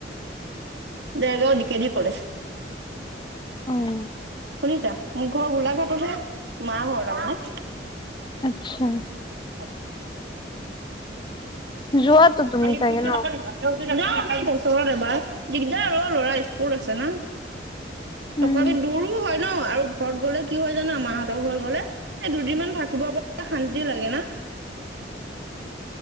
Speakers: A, on the right (about 80°); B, on the left (about 25°).
A: দেৰগাঁও দি কে ডি কলেজ।
B: উম
A: শুনিছা মোৰ ঘৰৰ গোলাঘাটত হে মা ঘৰ তাৰমানে।
B: আচ্ছা
A: <unintelligible>
B: যোৱাতো
A: <unintelligible>
B: তুমি চাগে ন
A: বছৰত এবাৰ দিগদাৰ আৰু ল'ৰা স্কুল আছে না।
B: উম
A: তথাপি দূৰো হয় ন আৰু ঘৰত গলে কি হয় জানা মাহতৰ ঘৰত গলে এই দুদিন মান থাকিব পৰা শানতি লাগে না
B: <inaudible>